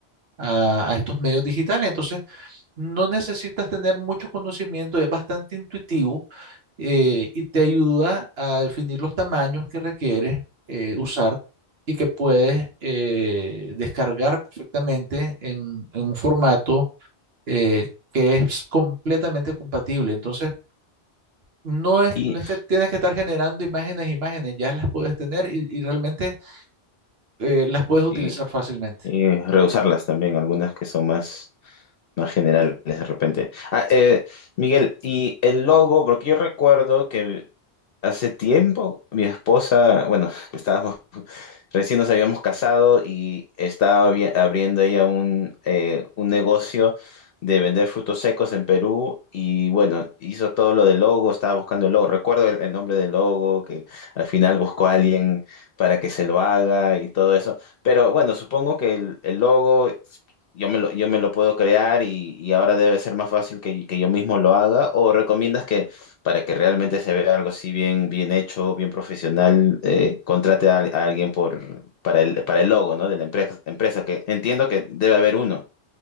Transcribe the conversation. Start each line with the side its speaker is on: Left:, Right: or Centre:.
Right: a, a estos medios digitales. Entonces, no necesitas tener mucho conocimiento, es bastante intuitivo eh, y te ayuda a definir los tamaños que requieres eh, usar y que puedes eh, descargar perfectamente en, en un formato eh, que es completamente compatible. Entonces, no es,
Left: Y,
Right: no es que tienes que estar generando imágenes, imágenes, ya las puedes tener y, y realmente eh, las puedes utilizar
Left: y,
Right: fácilmente.
Left: y reusarlas también, algunas que son más, más generales de repente. Ah, eh, Miguel, y el logo, porque yo recuerdo que hace tiempo mi esposa, bueno, <laughs> que estábamos Recién nos habíamos casado y estaba abri- abriendo ella un, eh, un negocio de vender frutos secos en Perú y bueno, hizo todo lo del logo, estaba buscando el logo, recuerdo el, el nombre del logo, que al final buscó a alguien para que se lo haga y todo eso, pero bueno, supongo que el, el logo yo me lo, yo me lo puedo crear y, y ahora debe ser más fácil que, que yo mismo lo haga o recomiendas que para que realmente se vea algo así bien, bien hecho, bien profesional, eh, contrate a, a alguien por, para el, para el logo, ¿no? De la empresa, empresa, que entiendo que debe haber uno,